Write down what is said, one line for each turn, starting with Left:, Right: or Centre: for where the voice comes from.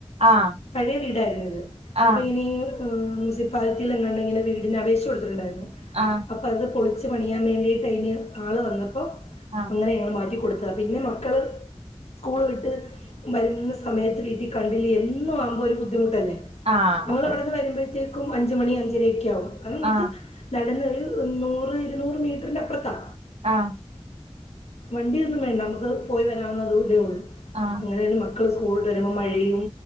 Right: ആഹ്
Left: പഴയ വീടാരുന്നിത്
Right: ആഹ്
Left: അപ്പൊ ഈ മുൻസിപ്പാലിറ്റിലെങ്ങാണ്ട് ഇങ്ങനെ വീടിന് അപേക്ഷ കൊടുത്തിട്ടുണ്ടാരുന്നു
Right: ആഹ്
Left: അപ്പ അത് പൊളിച്ച് പണിയാൻ വേണ്ടിട്ട് അതിന് ആള് വന്നപ്പം
Right: ആഹ്
Left: അങ്ങനെ ഞങ്ങള് മാറ്റി കൊടുത്ത പിന്നെ മക്കള് സ്കൂൾ വിട്ട് വരുന്ന സമയത്ത് വീട്ടി കണ്ടില്ലേ എന്നും ആകുമ്പോ ഒരു ബുദ്ധിമുട്ടല്ലേ
Right: ആഹ്
Left: ഞങ്ങൾ
Right: അതന്നെ
Left: ഇവിടെന്ന് വരുമ്പോഴത്തേക്കും അഞ്ചു മണി അഞ്ചരൊക്ക ആകും കാരണം നമുക്ക്
Right: ആഹ്
Left: നടന്ന് ഒരു നൂറ് ഇരുനൂറ് മീറ്ററിൻ്റെ അപ്പുറത്താ
Right: ആഹ്
Left: വണ്ടിയൊന്നും വേണ്ട നമുക്ക് പോയി വരാവുന്ന ദൂരെ ഉള്ളൂ
Right: ആഹ്
Left: അങ്ങനെയാണ് മ ക്കള് സ്കൂള്ട്ട് വരുമ്പോ മഴയും